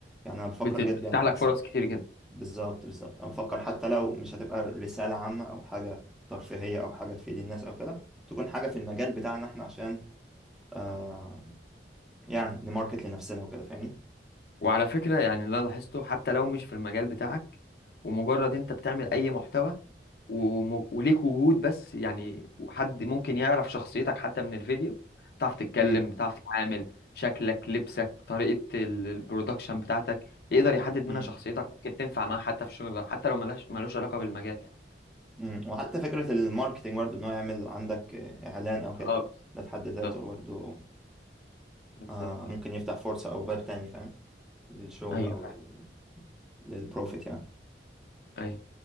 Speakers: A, in the centre; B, on the left.
A: يعني انا بفكر
B: بت-
A: جدا
B: ف- بتفتح لك فرص كتير جدا
A: بالظبط بالظبط انا بفكر حتى لو مش هتبقى رسالة عامة او حاجة ترفيهية او حاجة تفيد الناس او كده تكون حاجة في المجال بتاعنا احنا عشان آه يعني نماركت لنفسنا وكده فاهمني
B: وعلى فكره يعني اللي انا لاحظته حتى لو مش في المجال بتاعك ومجرد انت بتعمل اي محتوى وم- وليك وجود بس يعني حد ممكن يعرف شخصيتك حتى من الفيديو بتعرف تتكلم
A: امم
B: بتعرف تتعامل شكلك لبسك طريقه ال- البرودكشن بتاعتك يقدر يحدد منها
A: امم
B: شخصيتك ممكن تنفع معاه حتى في شغل حتى لو ملهاش ملوش علاقه بالمجال يعني
A: امم وحتى فكرة الماركتينج برضو ان هو يعمل عندك آه، اعلان او كده
B: اه
A: ده في حد ذاته
B: بالظبط
A: برضو
B: بالظبط
A: آه ممكن يفتح فرصة او باب تاني فاهم للشغل
B: ايوه
A: او
B: فعلا.
A: لل... للبروفيت يعني
B: ايوه